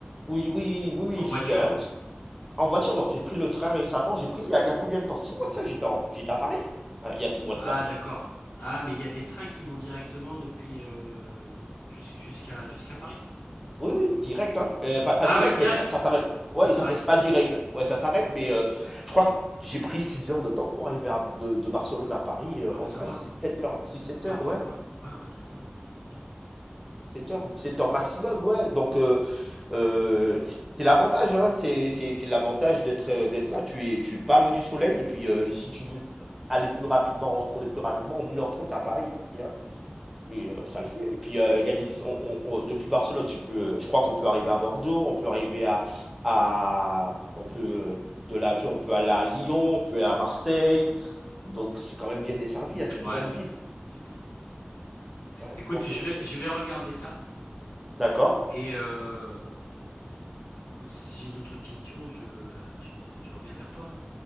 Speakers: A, in the centre; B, on the left.
A: Oui, oui, oui, oui,
B: En voiture?
A: j'y vais. hein. J- En voiture, non, j'ai pris le train récemment. J'ai pris, il y a, il y a combien de temps? six mois de ça, j'étais en- j'étais à Paris. Ah, Il y a six mois
B: Ah,
A: de ça.
B: d'accord. Ah, mais il y a des trains qui vont directement depuis euh, jus- jusqu'à jusqu'à Paris.
A: Oui, oui, direct, hein. Euh, pas, pas
B: Ah
A: direct,
B: ouais, direct.
A: mais ça, ça s'arrête. Ouais,
B: Ça s'arrête.
A: ça, c'est pas direct. Ouais, ça s'arrête, mais euh, je crois que j'ai pris 6 heures de temps pour arriver à- de, de Barcelone à Paris euh,
B: Ah bah
A: en
B: ça
A: train.
B: va.
A: six sept heures. six sept
B: Ah
A: heures,
B: ça
A: ouais.
B: va, ouais, ouais, ça va, c'est bien.
A: sept heures, 7 heures maximum, ouais. Donc, euh, Euh, c'est l'avantage, hein, c'est c'est- c'est l'avantage d'être euh, d'être là. Tu es, tu es pas loin du soleil. Et puis, euh, si tu veux aller plus rapidement, retourner plus rapidement, en une heure trente, t'as Paris. hein, et euh, ça le fait. Et puis, euh, il y a des, on- on- on- depuis Barcelone, tu peux, euh, je crois qu'on peut arriver à Bordeaux, on peut arriver à, à on peut, euh, de l'avion, on peut aller à Lyon, on peut aller à Marseille. Donc, c'est quand même bien desservi. hein, c'est
B: Ouais,
A: une grande ville.
B: c'est bien.
A: Ouais.
B: Écoute,
A: Donc,
B: je
A: euh,
B: vais,
A: si-
B: je vais regarder ça
A: d'accord.
B: et euh, écoute, si j'ai d'autres questions, je, je, te- je reviens vers toi.